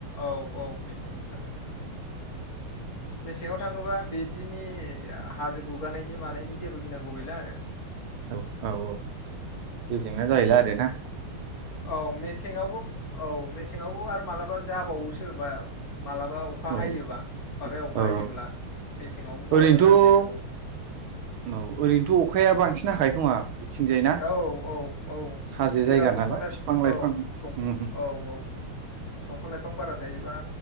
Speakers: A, on the left; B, on the right.
A: औ औ मेसेङावसो थांनांगोन। मेसेङाव थाङोबा बिदिनि हाजो गुगानायनि मानायनि जेबो गिनांगौ गैला आरो।
B: औ औ औ जेबो जेंना जाहैला आरो ना।
A: औ मेसेंआवबो औ मेसें सेंआवबो आरो मालाबा जाबावो सो बा मा्लाबा अखा
B: औ
A: हायोबा माबाया अखा
B: औ
A: हायोब्ला मेसेङावबो मालाबा
B: ओरैनोथ'
A: जानो नागिरबावो।
B: औ ओरैनोथ' अखाया बांसिन हाखायो खोमा? बिथिंजाय ना
A: औ औ औ
B: हाजो जायगा
A: जेराव दंफां
B: नालाय
A: लाइफां
B: बिफां
A: औ
B: उम
A: औ औ दंफां लाइफां बारा थायोबा